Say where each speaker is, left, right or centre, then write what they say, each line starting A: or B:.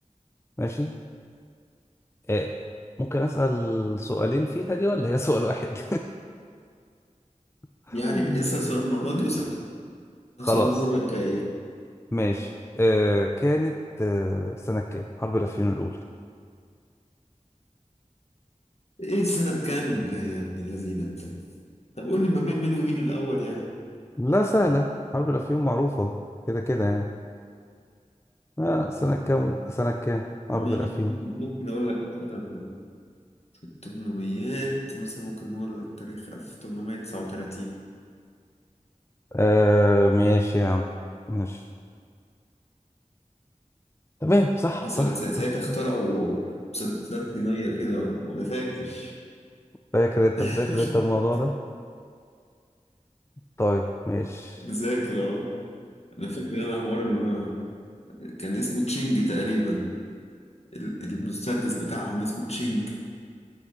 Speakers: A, on the left; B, on the left.
A: ماشي آه ممكن أسأل سؤالين فيها دي ولا هي سؤال واحد <laughs>
B: يعني اسأل سؤال المرة دي واسأل
A: خلاص
B: سؤال المرة الجاية
A: ماشي آه كانت آه سنة كام حرب الأفيون الأولى
B: ايه سنة كام؟ لا يا ابن الذين انت طب قول لي ما بين مين ومين الأول يعني
A: لا سهلة حرب الأفيون معروفة كده كده يعني آه سنة كام سنة كام حرب
B: ماشي
A: الأفيون
B: ممكن ممكن اقول لك مثلا التمنميات مثلا ممكن نقول التاريخ 1839
A: آه ماشي يا عم ماشي تمام صح
B: حصلت
A: صح
B: سا- ساعتها
A: صح.
B: اخترعوا مسدسات صينية كده وأنا فاكر
A: فاكر أنت
B: <laughs>
A: مذاكر أنت الموضوع ده طيب ماشي
B: مذاكر اه أنا فاكر أنا حوار ال... كان اسمه تشينج تقريبا ال- المسدس بتاعهم اسمه تشينج